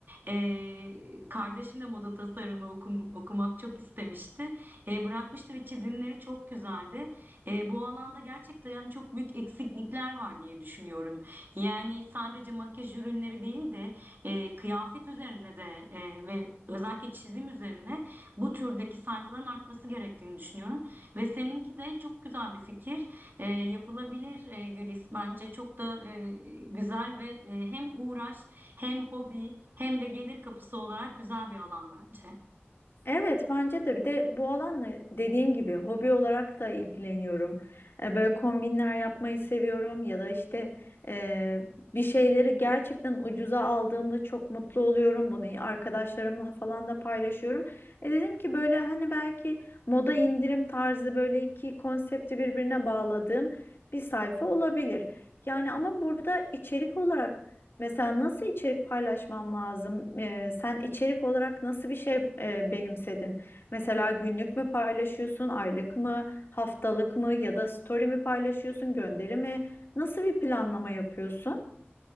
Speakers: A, on the right (about 50°); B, on the left (about 60°).
A: Ee, kardeşim de moda tasarımı okum- okumak çok istemişti. Ee, bırakmıştı ve çizimleri çok güzeldi. Ee, bu alanda gerçekten yani çok büyük eksiklikler var diye düşünüyorum. Yani sadece makyaj ürünleri değil de e, kıyafet üzerine de e, ve özellikle çizim üzerine bu türdeki sayfaların artması gerektiğini düşünüyorum. Ve seninki de çok güzel bir fikir. E, yapılabilir e, Gülis. Bence çok da e, güzel ve e, hem uğraş hem hobi hem de gelir kapısı olarak güzel bir alan bence.
B: Evet bence de bir de bu alanla dediğim gibi hobi olarak da ilgileniyorum. E, Böyle kombinler yapmayı seviyorum ya da işte e, bir şeyleri gerçekten ucuza aldığımda çok mutlu oluyorum. Bunu arkadaşlarımla falan da paylaşıyorum. E dedim ki böyle hani belki moda indirim tarzı böyle iki konsepti birbirine bağladığım bir sayfa olabilir. Yani ama burada içerik olarak Mesela nasıl içerik paylaşmam lazım? Ee, sen içerik olarak nasıl bir şey e, benimsedin? Mesela günlük mü paylaşıyorsun, aylık mı, haftalık mı ya da story mi paylaşıyorsun, gönderi mi? Nasıl bir planlama yapıyorsun?